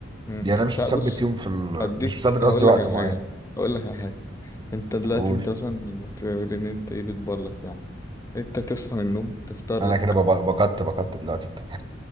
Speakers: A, on the left; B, on the right.
A: امم
B: يعني انا مش
A: لا
B: مثبت
A: بص
B: يوم في ال...
A: هديك
B: مش مثبت قصدي
A: هقول
B: وقت
A: لك على
B: معين
A: حاجه هقول لك على حاجه انت دلوقتي
B: قول
A: انت مثلا بتقول ان انت ايه بتبرلك يعني انت تصحى من النوم تفطر
B: انا
A: لك
B: كده بق- بقدت بقدت دلوقتي انت <laughs>